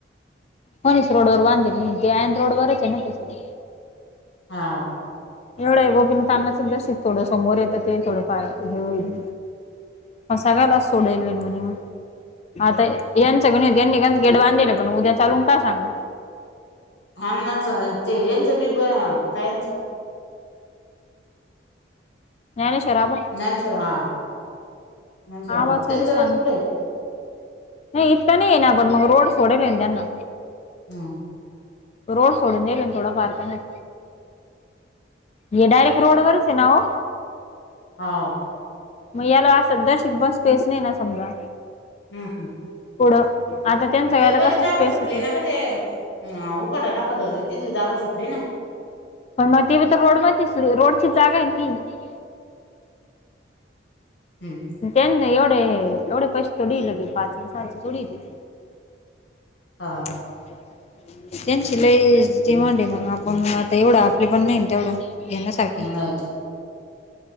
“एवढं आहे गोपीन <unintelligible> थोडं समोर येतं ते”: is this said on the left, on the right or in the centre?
Left